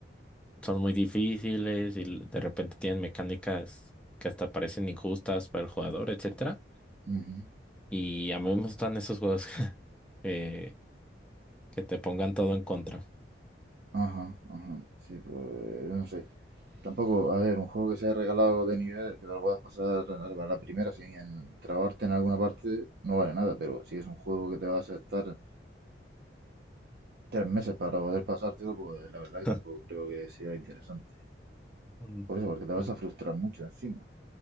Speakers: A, in the centre; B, on the right.
A: son muy difíciles y de repente tienen mecánicas que hasta parecen injustas para el jugador, etcétera.
B: ujú,
A: Y a mí me gustan esos juegos <laughs> eh, que te pongan todo en contra.
B: ajá, ajá. Sí, pues, no sé. Tampoco, a ver, un juego que sea regalado de nivel, que te lo puedas pasar a la a la primera sin en- trabarte en alguna parte, no vale nada, pero si es un juego que te vas a estar tres meses para poder pasártelo, pues la verdad que tampoco
A: <laughs>
B: creo que sea interesante.
A: Mm.
B: Por eso, porque te vas
A: Pues,
B: a frustrar mucho encima.